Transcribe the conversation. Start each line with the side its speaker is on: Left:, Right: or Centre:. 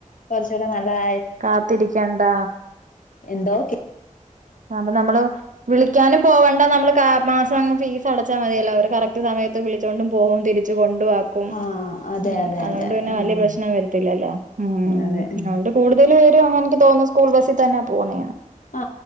Left: കൊറച്ച് ച്ചൂടെ നല്ലതാ
Right: കാത്തിരിക്കണ്ട
Left: എന്തോ കേ
Right: ആ അപ്പ നമ്മള് വിളിക്കാനും പോവണ്ട നമ്മള് ക്ക മാസം ഫീസ് അടച്ചാ മതിയല്ലോ അവര് കറക്റ്റ് സമയത്ത് വിളിച്ചൊണ്ടും പോവും തിരിച്ചു കൊണ് ണ്ടുവാക്കും
Left: ആഹ് അതെ
Right: ഉം
Left: അതെ
Right: അതോണ്ട്
Left: അതെ അതെ
Right: പിന്നെ വലിയ
Left: ഉം
Right: പ്രശ്നം വരത്തില്ലാല ഉം
Left: അതെ ഉം
Right: അതോണ്ട് കൂടുതൽ പേരും അങ്ങ എനിക്ക് തോന്നുന്നു സ്കൂൾ ബസ്സി തന്നെ പോവുന്നെയാണ്
Left: ആ